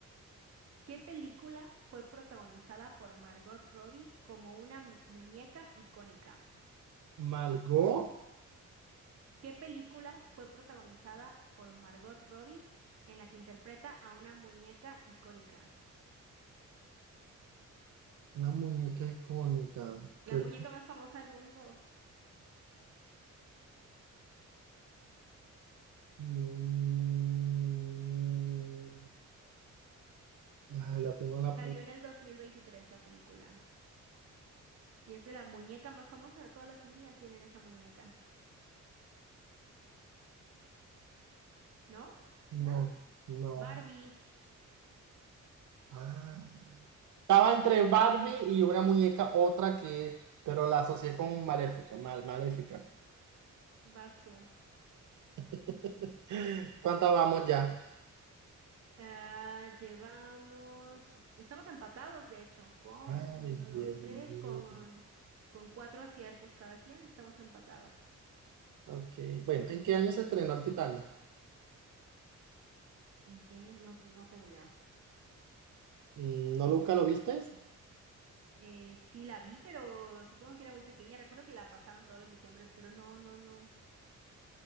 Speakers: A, on the right; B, on the right.
A: ¿Qué película fue protagonizada por Margot Robbie como una mu- muñeca icónica?
B: Margot,
A: ¿Qué película fue protagonizada por Margot Robbie en la que interpreta a una muñeca icónica?
B: una muñeca icónica. Que...
A: La muñeca más famosa del mundo.
B: Mm, Ay, la tengo en la...
A: Salió
B: pu-
A: en el 2023 la película. Y es de la muñeca más famosa, todas las niñas tienen esa muñeca, ¿no?
B: No,
A: ¿Nada?
B: no.
A: Barbie,
B: Ah. Estaba entre Barbie y una muñeca, otra que, pero la asocié con Maléfica. Mal, Maléfica.
A: vas tú.
B: <laughs> ¿Cuántas vamos ya?
A: Ah, llevamos, estamos empatados, de hecho, con
B: Ay,
A: uno,
B: bien,
A: dos, tres,
B: bien.
A: con, con cuatro aciertos cada quien, estamos empatados.
B: Ok, bueno, ¿en qué año se estrenó el Titanic?
A: ¿En qué año? No, no tengo idea.
B: Mm, ¿No nunca lo viste?
A: Eh, sí la vi, pero supongo que era muy pequeña. Recuerdo que la pasaban todos los diciembres, pero no, no, no,